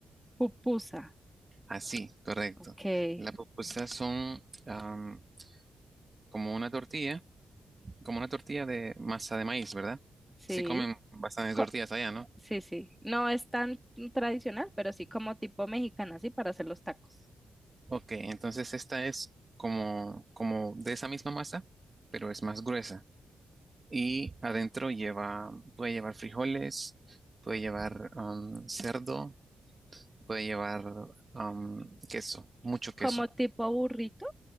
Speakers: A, in the centre; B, on the right (about 25°).
A: Pupusa,
B: así, correcto.
A: ok,
B: Las pupusas son am, como una tortilla, como una tortilla de masa de maíz, ¿verdad?
A: sí.
B: Sí comen bastantes
A: Co-
B: tortillas allá, ¿no?
A: sí, sí. No es tan tradicional, pero sí como tipo mexicana, sí, para hacer los tacos.
B: Ok, entonces esta es como, como de esa misma masa, pero es más gruesa. Y adentro lleva, puede llevar frijoles, puede llevar am, cerdo puede llevar am, queso, mucho queso.
A: Como tipo burrito,